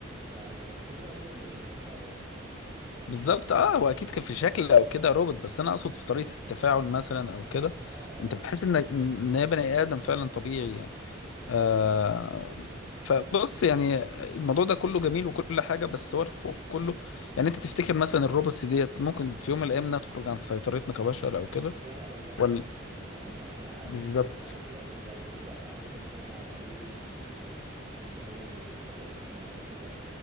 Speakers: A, on the right; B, on the left.
A: يعني بس هي عموما مبينين ان هي روبوت
B: بالظبط اه هو اكيد كان في شكل او كده روبوت بس انا اقصد في طريقه التفاعل مثلا او كده
A: اه اه
B: انت بتحس
A: اه
B: ان ان هي بني ادم فعلا طبيعي يعني آه فبص يعني الموضوع ده كله جميل وكل حاجة بس هو الخوف كله يعني انت تفتكر مثلا الروبوتس ديت ممكن في يوم من الايام انها تخرج عن سيطرتنا كبشر او كده
A: وده بقى اللي انا
B: ولا
A: خايف منه ان احنا ع-
B: بالظبط
A: كنت لسه اقول لك ان لو لو عايزين نتكلم عن عيوب ال- ال- اللي هو الذكاء الاصطناعي وكده